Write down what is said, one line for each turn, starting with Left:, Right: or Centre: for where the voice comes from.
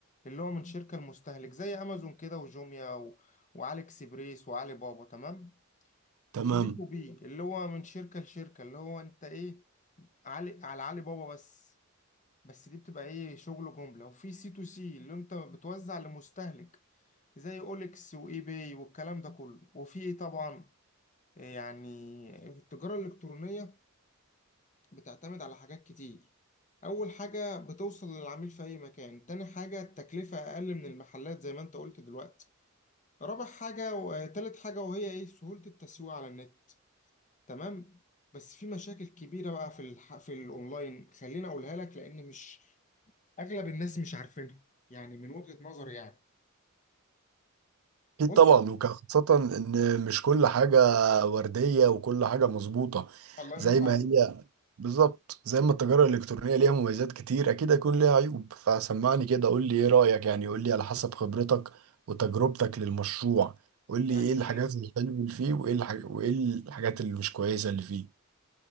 Left: اللي هو من شركه المستهلك زي امازون كده وجوميا و... وعلي اكسبريس وعلي بابا تمام
Right: تمام
Left: وفي بي تو بي اللي هو من شركه لشركه اللي هو انت ايه علي على علي بابا بس بس دي بتبقى ايه شغل جمله وفي سي تو سي اللي انت بتوزع لمستهلك زي اوليكس واي باي والكلام ده كله وفي ايه طبعا يعني التجارة الإلكترونية بتعتمد على حاجات كتير أول حاجة بتوصل للعميل في أي مكان تاني حاجة التكلفة أقل من المحلات زي ما أنت قلت دلوقتي رابع حاجة وتالت حاجة وهي إيه سهولة التسويق على النت تمام بس في مشاكل كبيرة بقى في الح... في الأونلاين خليني أقولها لك لأن مش أغلب الناس مش عارفينها يعني من وجهة نظري يعني
Right: أكيد
Left: بص
Right: طبعا وكان خاصة إن مش كل حاجة وردية وكل حاجة مظبوطة
Left: الله ينور
Right: زي ما
Left: عليك
Right: هي بالظبط زي ما التجارة الإلكترونية ليها مميزات كتير أكيد هيكون ليها عيوب فسمعني كده قول لي إيه رأيك يعني قول لي على حسب خبرتك وتجربتك للمشروع قول لي
Left: يعني
Right: إيه الحاجات
Left: خل...
Right: الحلوة اللي فيه وإيه الح... وإيه الحاجات اللي مش كويسة اللي فيه